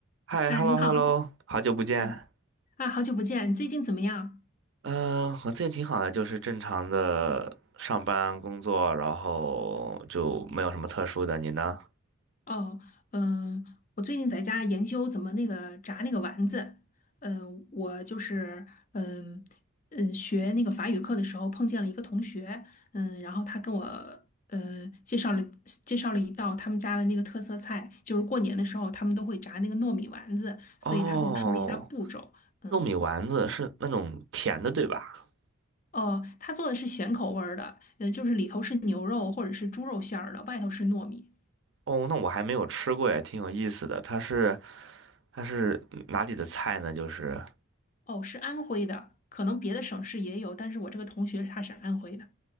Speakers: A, on the right; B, on the left.
A: 嗨，hello
B: 啊，你好，
A: hello，好久不见。
B: 嗯，啊，好久不见，最近怎么样？
A: 嗯、我最近挺好的，就是正常的上班工作，然后就没有什么特殊的。你呢？
B: 哦，嗯，我最近在家研究怎么那个炸那个丸子，嗯，我就是嗯嗯学那个法语课的时候碰见了一个同学，嗯，然后他跟我嗯介绍了介绍了一道他们家的那个特色菜，就是过年的时候他们都会炸那个糯米丸子，
A: 哦，
B: 所以他跟我说了一下步骤，嗯。
A: 糯米丸子是那种甜的，对吧？
B: 哦，他做的是咸口味儿的，呃，就是里头是牛肉或者是猪肉馅儿的，外头是糯米。
A: 哦，那我还没有吃过，也挺有意思的。它是它是哪里的菜呢？就是
B: 哦，是安徽的，可能别的省市也有，但是我这个同学他是安徽的。